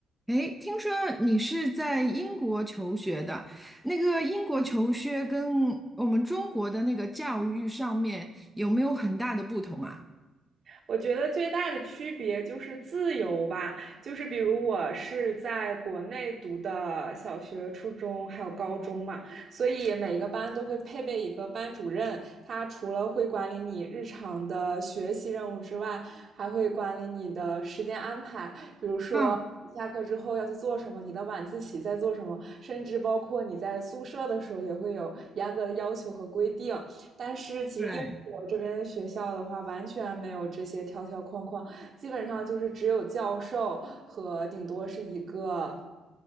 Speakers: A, in the centre; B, on the right (about 50°).
A: 诶，听说你是在英国求学的，那个英国求学跟我们中国的那个教育上面有没有很大的不同啊？
B: 我觉得最大的区别就是自由吧，就是比如我是在国内读的小学、初中还有高中嘛，所以每个班都会配备一个班主任，他除了会管理你日常的学习任务之外，还会管理你的时间安排，比如说。
A: 嗯，
B: 下课之后要去做什么，你的晚自习在做什么，甚至包括你在宿舍的时候也会有严格的要求和规定。但是其实英国这边的学校的话，
A: 对，
B: 完全没有这些条条框框，基本上就是只有教授和顶多是一个